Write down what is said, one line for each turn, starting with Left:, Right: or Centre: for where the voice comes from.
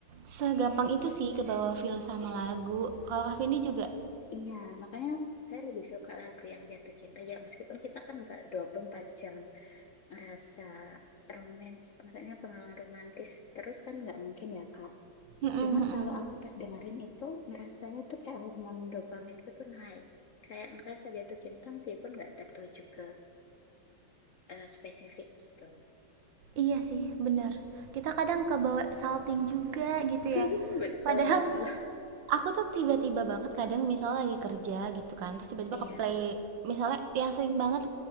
Right: segampang itu sih ke bawah feel sama lagu. Kalau Kak Vindi juga.
Left: Iya, makanya saya lebih suka lagu yang jatuh cinta ya meskipun kita kan nggak 24 jam rasa romance, maksudnya pengalaman romantis terus kan nggak mungkin ya Kak.
Right: Mm-mm,
Left: Cuman
Right: mm-mm.
Left: kalau aku pas dengerin itu ngerasanya tuh kayak hormon dopaminku tuh naik. Kayak ngerasa jatuh cinta meskipun nggak tertuju ke eh, spesifik gitu.
Right: Iya sih, benar Kita kadang kebawa salting juga gitu
Left: <laughs>
Right: ya.
Left: Betul.
Right: Padahal Aku tuh tiba-tiba banget kadang misalnya lagi kerja gitu kan, terus tiba-tiba
Left: Iya,
Right: ke play misalnya yang sering banget